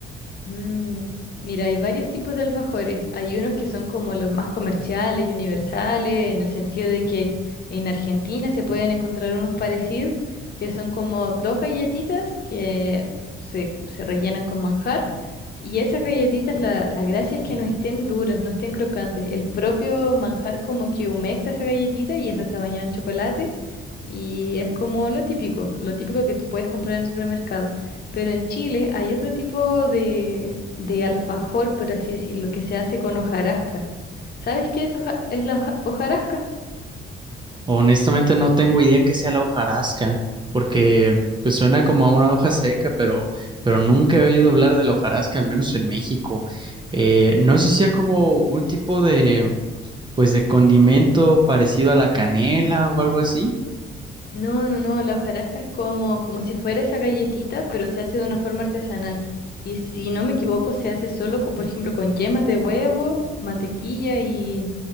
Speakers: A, on the left; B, on the right.
A: Mm, Mira, hay varios tipos de alfajores. Hay unos que son como los más comerciales y universales, en el sentido de que en Argentina se pueden encontrar unos parecidos, que son como dos galletitas que se, se rellenan con manjar. Y esas galletitas, la, la gracia es que no estén duras, no estén crocantes. El propio manjar como que humecta esa galletita y eso está bañado en chocolate. Y es como lo típico, lo típico que tú puedes comprar en el supermercado. Pero en Chile hay otro tipo de, de alfajor, por así decirlo, que se hace con hojarasca. ¿Sabes qué es, hoja- es la hoja- hojarasca?
B: Honestamente no tengo idea que sea la hojarasca, porque pues suena como a una hoja seca, pero, pero nunca he oído hablar de la hojarasca, al menos en México. Eh, no
A: Mm.
B: sé si sea como un tipo de, pues de condimento parecido a la canela o algo así.
A: No, no, no, la hojarasca es como, como si fuera esa galletita, pero se hace de una forma artesanal. Y si no me equivoco, se hace solo, con, por ejemplo, con yemas de huevo, mantequilla y,